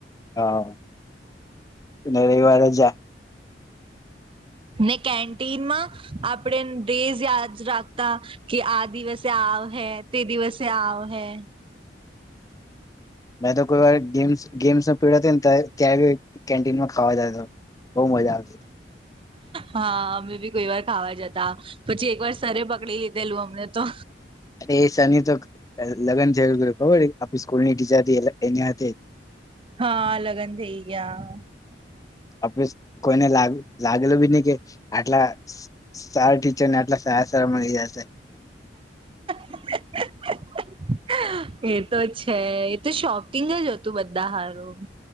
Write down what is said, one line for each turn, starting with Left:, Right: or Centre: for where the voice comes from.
Left: હા રવિવારે
Right: ને કેન્ટીનમાં આપણે ડેઝ યાદ રાખતા કે આ દિવસે આવ હે તે દિવસે આવ હે.
Left: મે તો કોઈ વાર ગ્ ગેમ્સ ન પ ને ત કેન્ટીનમાં ખાવા જ હતો. બઉ મજા આવશે.
Right: હા અમે બી કોઈ વાર ખાવા જતા પછી એક વાર સરે પકડી લીધેલું અમને તો.
Left: અરે એ શની તો લગ્ન થયું ખબર આપણી સ્કૂલની ટીચર એના
Right: હા લગ્ન થઇ ગયા.
Left: આપ કોઈને લાગેલું બી નહ કે આટલા સારા ટીચરને આટલા સારા સારા મળી જશે.
Right: <unintelligible> એ તો છે એ તો શોપિંગ જ હતું બધા હારું.